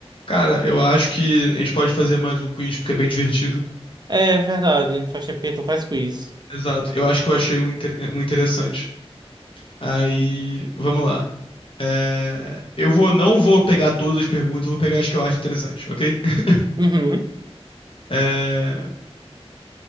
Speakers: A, on the left; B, on the right.
A: Cara, eu acho que a gente pode fazer mais um quiz, porque é bem divertido.
B: É verdade, faz tempo que tu faz quiz.
A: Exato. Eu acho que eu achei um, inter- um interessante. Aí, vamos lá. É, Eu vou, não vou pegar todas as perguntas, eu vou pegar as que eu acho interessante, ok? <laughs>
B: Uhum.
A: É,